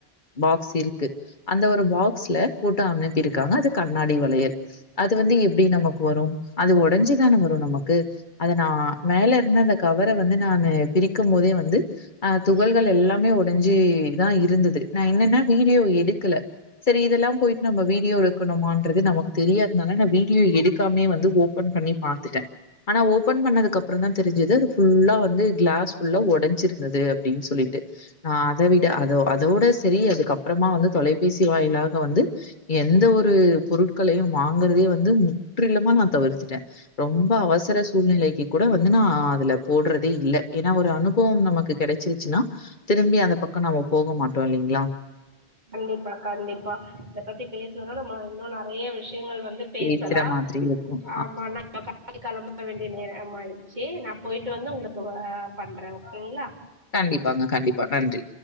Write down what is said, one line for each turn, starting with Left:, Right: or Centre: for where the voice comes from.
Left: பாக்ஸ் இருக்கு அந்த ஒரு பாக்ஸ்ல போட்டு அனுப்பிருக்காங்க அது கண்ணாடி வளைய ல் அது வந்து எப்டி நமக்கு வரு அது ஒடஞ்சுதான வரு நமக்கு அத நா மேல இருந்த அந்த கவர வந்து நானு பிரிக்கும் போதே வந்து அ துகள்கள் எல்லாமே ஒடஞ்சி தா இருந்துது நா என்னன்னா வீடியோ எடுக்கல சரி இதெல்லாம் போயிட் நம்ம வீடியோ எடுக்கணுமான்றது நமக்கு தெரியாதனால நா வீடியோ எடுக்காமயே வந்து ஓபன் பண்ணி பாத்துட்ட ஆனா ஓபன் பண்ணதுக்கப்புறந்தா தெரிஞ்சது அது ஃபுல்லா வந்து கிளாஸ் ஃபுல்லா ஒடஞ்சிருந்துது அப்டின் சொல்லி ட்டு அ அத வி ட்டு அதோ அதோட செரி அதுக்கப்பறமா வந்து தொலைபேசி வாயிலாக வந்து எந்த ஒரு பொரு ட்களையு வாங்கறதயே வந்து முற்றிலுமா நா தவிர்த்துட்டே ரொம்ப அவசர சூழ்நிலைக்கி கூட வ ந்து நா அதல போட்றதே இல்ல ஏனா ஒரு அனுபவம் நமக்கு கெடைச்சிருச்சின்னா திரும்பி அந்த ப க்க நம்ம போக மாட்டோ இல்லிங்ளா
Right: கண்டிப்பா கண்டிப்பா இத பத்தி பேசணுன்னா நம்ம இன்னு நறைய விஷ் யங்கள் வந்து பேசலா
Left: பேசுற மாதிரி இருக்கும்.
Right: ஆமா <inaudible> <inaudible> கெளம்ப வேண்டிய நேரம் ஆயிடுச்சி நா போயிட்டு வந்து உங்குளுக்கு வ பண்றே ஓகேங்ளா
Left: கண்டிப்பாங்க கண்டிப்பா நன்றி